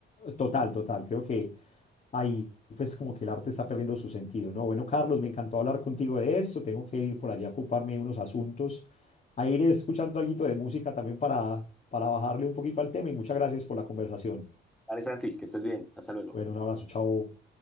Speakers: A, on the left (about 40°); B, in the centre.
A: Total, total. Creo que ahí pues como que el arte está perdiendo su sentido, ¿no? Bueno, Carlos, me encantó hablar contigo de esto, tengo que ir por allá a ocuparme de unos asuntos, a ir escuchando algo de música también para, para bajarle un poquito al tema y muchas gracias por la conversación.
B: Vale, Santi, que estés bien. Hasta luego.
A: Bueno, un abrazo, chao.